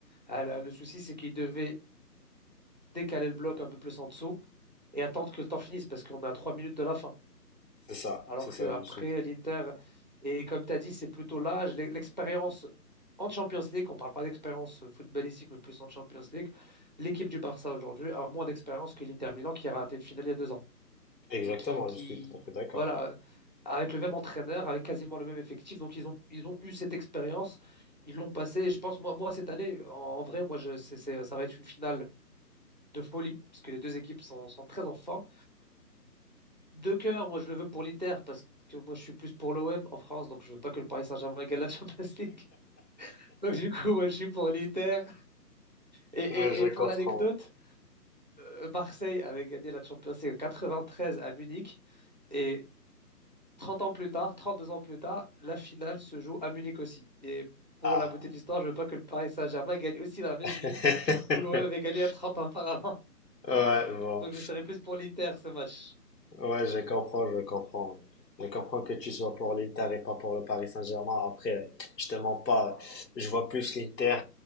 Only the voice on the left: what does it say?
C'est ça,
c'est ça,
je suis.
Exactement,
je suis tout à fait d'accord.
Ouais, je
comprends.
Ah.
<laughs>
Ouais,
bon.
Ouais, je comprends, je comprends. Je comprends que tu sois pour l'Inter et pas pour le Paris Saint-Germain. Après, justement pas. Je vois plus l'Inter